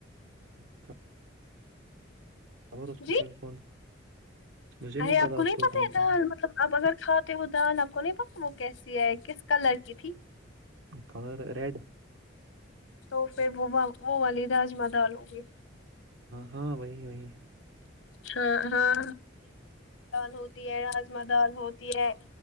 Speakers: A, on the right; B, on the left.
A: اچھا <unintelligible>
B: جی
A: مجھے
B: ارے آپ
A: پتا
B: کو
A: اس
B: نہیں پتی
A: کون سا
B: دال مطلب آپ اگر کھاتے ہو دال آپ کو نہیں پتی وہ کیسی ہے کس کلر کی تھی
A: کلر ریڈ
B: تو پھر وہ وہ والی راجما دال گی
A: ہاں وہی وہی
B: ہاں ہاں دال ہوتی ہے راجما دال ہوتی ہے